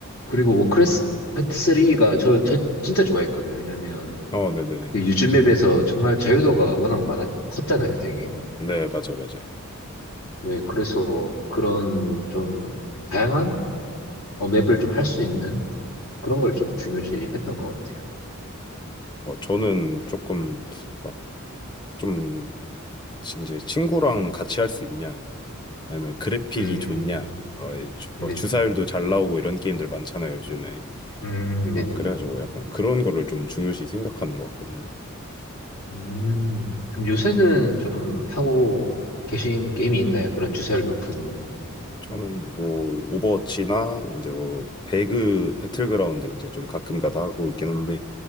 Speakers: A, on the left (about 85°); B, on the left (about 20°).
A: 그리고 워크래프트 3가 저, 저 진짜 좋아했거든요. 왜냐면
B: 아 네네네.
A: 그게 유즈맵에서 정말 자유도가 워낙 많아, 컸잖아요, 되게.
B: 네 맞아 맞아.
A: 네, 그래서 그런 좀 다양한 어, 맵을 좀 할 수 있는 그런 걸 좀 중요시 했던 것 같아요.
B: 뭐 저는 조금 막 좀 이제 친구랑 같이 할 수 있냐 왜냐면 그래픽이
A: 음,
B: 좋냐, 어, 이 주,
A: 네네.
B: 뭐 주사율도 잘 나오고 이런 게임들 많잖아요, 요즘에.
A: 음,
B: 막
A: 네네.
B: 그래가지고 약간 그런 거를 좀 중요시 생각하는 것 같거든요.
A: 음, 그럼 요새는 좀 하고 계신 게임이 있나요? 그런 주사율 높은.
B: 저는 뭐 오버워치나 이제 뭐 배그 배틀그라운드 이제 좀 가끔가다 하고 있긴 한데